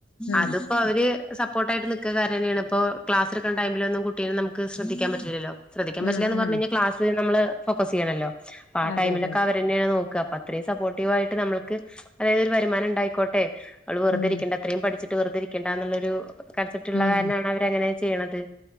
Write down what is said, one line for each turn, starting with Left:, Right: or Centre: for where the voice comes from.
Left: ഉം
Centre: അതിപ്പോ അവര് സപ്പോർട്ട് ആയിട്ട് നിക്കക്കാരം യാണ് ഇപ്പോ ക്ലാസ്ക്ക ടമിലഒന്നും കുട്ടിയെ നമു ശ്രദ്ധിക്കാൻ പില്ലല്ലോ ശ്രദിക്കാൻ
Left: ഉം
Centre: പില്ലന്ന് പറഞ്ഞാ
Left: ഉം
Centre: ക്ലാസ് നമ്മള് ഫോക്കസ് ചെയ്യണല്ലോ അപ്പൊ ആ
Left: അതെ
Centre: ടൈമിലൊക്കെ
Left: അതെ അതെ
Centre: അവരന്നെയ നോക്കി ക്ക അത്രീം സപ്പോർട്ടീവ ആയിട്ട് നമുക്ക് അതായത് ഒരു വരുമാനം ഉണ്ടായിക്കോട്ടെ അവള് വെറുതി
Left: ഉം
Centre: ഇരിക്കേണ്ട അത്രയും പഠിച്ചിട്ട് വെറുതെ ഇരിക്കണ്ട എന്നുള്ളൊരു കൺസറ്റ് ള്ള
Left: ഉം
Centre: കാരണംണ് അവര്ങ്ങനെ ചെയ്യണത്